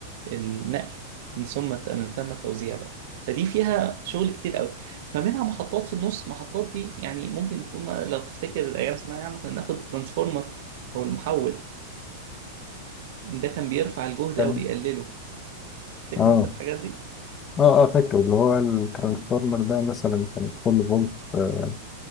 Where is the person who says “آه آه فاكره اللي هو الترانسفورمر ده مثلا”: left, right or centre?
Left